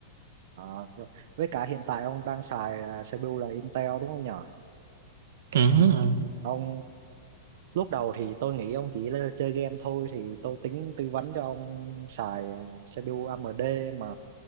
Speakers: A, on the right; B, on the right.
A: À, với cả hiện tại ông đang xài à, CPU là Intel đúng không nhỉ?
B: Ừ, ừ. ừ.
A: Ông lúc đầu thì tôi nghĩ ông chỉ là chơi game thôi thì tôi tính tư vấn cho ông xài ờ, CPU AMD mà